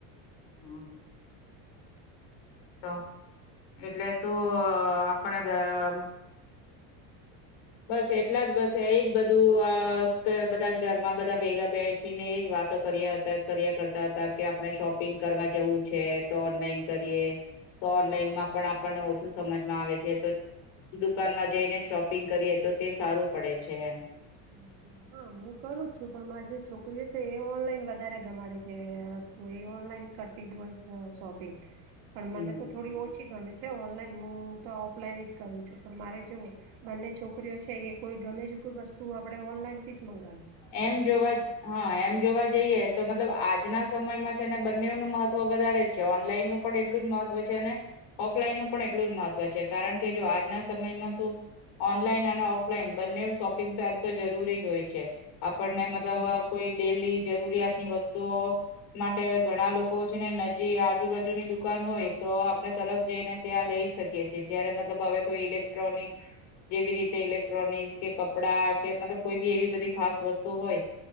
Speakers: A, on the left; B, on the right.
A: હમ્મ. તો, એટલે શું આપણે તો આમ બસ એટલા જ બસ એજ બધું આ બધા ઘરમાં બધા ભેગા બેસીને એજ વાતો કર્યા ત કર્યા કરતા હતા, કે આપણે શોપિંગ કરવા જવું છે, તો ઓનલાઈન કરીએ. તો ઓનલાઈનમાં પણ આપણને ઓછું સમજમાં આવે છે, તો દુકાનમાં જઈને શોપિંગ કરીએ તો તે સારું પડે છે એમ.
B: <inaudible> હા. હું કરું જ છું. પણ મારી જે છોકરીઓ છે, એ ઓનલાઈન વધારે ગમાડે છે. અહ વસ તો એ ઓનલાઈન કરતી જ હોઈશ અહ શોપિંગ.
A: <inaudible>
B: પણ મને તો
A: હમ.
B: થોડી ઓછી ગમે છે ઓનલાઈન. હું તો ઓફલાઈન હી જ કરું છું. પણ મારે કેવું બંને છોકરીઓ છે, એ કોઈ ગમે જે કોઈ વસ્તુ આપણે ઓનલાઈનથી જ મંગાવે.
A: એમ જોવા હા. એમ જોવા જઈએ તો મતલબ આજના સમયમાં છે ને બંનેવ નો મહત્વ વધારે છે. ઓનલાઈન નું પણ એટલું જ મહત્વ છે, અને ઓફલાઈનનું પણ એટલું જ મહત્વ છે. કારણ કે જો આજના સમયમાં શું ઓનલાઈન અને ઓફલાઈન બંનેવ શોપિંગ તો એમ તો જરૂરી જ હોય છે. આપણને
B: બરાબર
A: મતલબ
B: છે.
A: અહ કોઈ ડેઈલી જરૂરિયાત ની વસ્તુઓ માટે ઘણા લોકો છે, ને નજી આજુ-બાજુની દુકાન હોય, તો આપણે તરત જઈને ત્યાં લઈ શકીએ છીએ. જયારે મતલબ હવે કોઈ ઇલેક્ટ્રોનિક્સ જેવી રીતે ઇલેક્ટ્રોનિક્સ, કે કપડાં, કે મતલબ કોઈ બી એવી બધી ખાસ વસ્ત તું હોય,